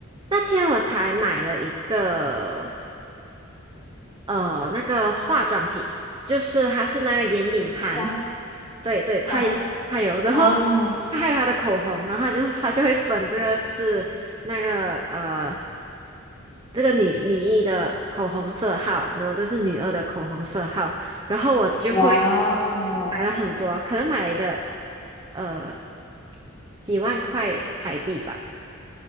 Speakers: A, on the right; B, on the left.
A: 那天我才买了一个。呃，那个化妆品，就是它是那个眼影盘，
B: 好，
A: 对对，它有它有，
B: 好，好，
A: 然后
B: 哇哦，
A: 它还有它的口红，然后它就它就会分这个是那个呃这个女女一的口红色号，然后这是女二的口红色号，然后我就会
B: 哇哦。
A: 买了很多，可能买了一个呃几万块台币吧。